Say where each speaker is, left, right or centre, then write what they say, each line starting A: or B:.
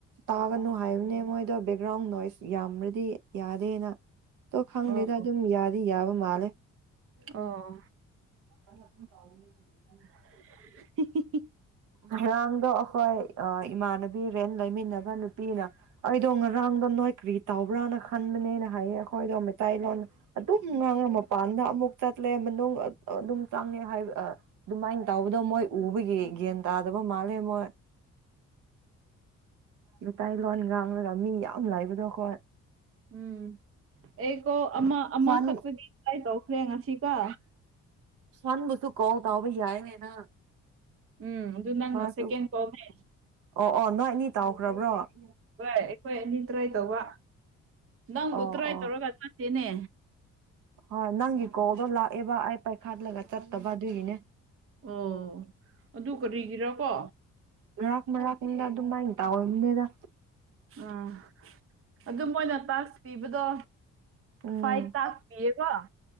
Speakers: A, on the right; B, on the right.
A: ꯇꯥꯒꯅꯨ ꯍꯥꯏꯕꯅꯦ ꯃꯣꯏꯗꯣ ꯕꯦꯛꯒ꯭ꯔꯥꯎꯟ ꯅꯣꯏꯁ ꯌꯥꯝ꯭ꯔꯗꯤ ꯌꯥꯗꯦꯅ ꯇꯣ ꯈꯪꯗꯦꯗ
B: ꯑꯣ
A: ꯑꯗꯨꯝ ꯌꯥꯗꯤ ꯌꯥꯕ ꯃꯥꯜꯂꯦ
B: ꯑꯣ
A: <unintelligible>
B: <unintelligible>
A: ꯉꯔꯥꯡꯗꯣ ꯑꯩꯈꯣꯏ ꯏꯃꯥꯟꯅꯕꯤ ꯔꯦꯟ ꯂꯩꯃꯤꯟꯅꯕ ꯅꯨꯄꯤꯅ ꯑꯩꯗꯣ ꯉꯔꯥꯡꯗꯣ ꯅꯣꯏ ꯀꯔꯤ ꯇꯧꯕꯕ꯭ꯔꯥꯅ ꯈꯟꯕꯅꯦꯅ ꯍꯥꯏꯌꯦ ꯑꯩꯈꯣꯏꯗꯣ ꯃꯩꯇꯩꯂꯣꯟ ꯑꯗꯨꯝ ꯉꯥꯡꯅ ꯃꯄꯥꯟꯗ ꯑꯃꯨꯛ ꯆꯠꯂꯦ ꯑꯗꯨꯝ ꯆꯪꯉꯦ ꯍꯥꯏ ꯑꯗꯨꯃꯥꯏꯅ ꯇꯧꯕꯗꯣ ꯃꯣꯏ ꯎꯕꯒꯤ ꯒꯟ ꯇꯥꯗꯕ ꯃꯥꯜꯂꯦ ꯃꯣꯏ ꯃꯇꯩꯂꯣꯟ ꯉꯥꯡꯂꯒ ꯃꯤ ꯌꯥꯝ ꯂꯩꯕꯗꯣ ꯑꯩꯈꯣꯏ
B: ꯎꯝ ꯑꯩꯒꯣ ꯑꯃꯥ ꯑꯃꯥ
A: ꯁꯟ
B: ꯈꯛꯇꯒꯤ ꯍꯥꯏꯇꯣ ꯐꯦ ꯉꯁꯤ ꯀꯣ
A: ꯁꯟꯕꯨꯁꯨ ꯀꯧ ꯇꯥꯎꯕ ꯌꯥꯏꯅꯦꯅ
B: ꯎꯝ ꯑꯗꯨ ꯅꯪꯅ
A: ꯃꯥꯁꯨ
B: ꯁꯦꯀꯦꯟ ꯀꯣꯜꯅꯦ
A: ꯑꯣ ꯑꯣ ꯅꯣꯏꯅꯤ ꯇꯥꯎ <unintelligible>
B: ꯍꯥꯏ ꯑꯩꯈꯣꯏꯅꯤ ꯇ꯭ꯔꯥꯏ ꯇꯧꯋꯥ ꯅꯪꯄꯨ
A: ꯑꯣ
B: ꯇꯔꯥꯏ
A: ꯑꯣ
B: ꯇꯔꯒ ꯆꯇꯦꯅꯦ
A: ꯍꯣꯏ ꯅꯪꯒꯤ ꯀꯣꯜꯗꯣ ꯂꯥꯛꯑꯦꯕ ꯑꯩ ꯄꯥꯏꯈꯠꯂꯒ ꯆꯠꯇꯕ ꯑꯗꯨꯒꯤꯅꯦ
B: ꯑꯣ ꯑꯗꯨ ꯀꯔꯤꯒꯤꯔ ꯀꯣ
A: ꯃꯥꯛ ꯃꯔꯥꯛꯗ ꯑꯗꯨꯝ ꯃꯥꯏ ꯇꯥꯑꯣꯝꯗꯦꯗ
B: ꯎꯝ ꯑꯗꯨ ꯃꯣꯏꯅ ꯇꯥꯁ ꯄꯤꯕꯗꯣ
A: ꯎꯝ
B: ꯐꯏ ꯇꯥꯥꯁ ꯄꯤꯀꯑꯣ